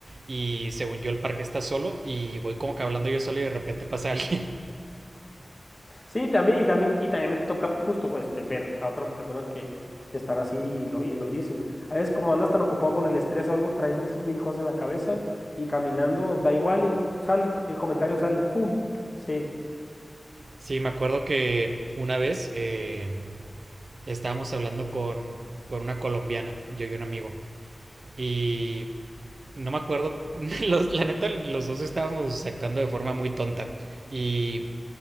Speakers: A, on the right; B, on the left.
A: y según yo el parque está solo y voy como que hablando yo solo y de repente pasa alguien. <laughs>
B: Sí, también, y también, y también me toca justo pues, este, ver a otras personas que, que están así y lo, y lo dicen. A veces como andas tan ocupado con el estrés o algo, traes mil, mil cosas en la cabeza y caminando da igual y sale, el comentario sale, ¡pum! Sí,
A: Sí, me acuerdo que una vez eh, estábamos hablando con, con una colombiana, yo y un amigo, y no me acuerdo, <laughs> los, la neta los dos estábamos actuando de forma muy tonta y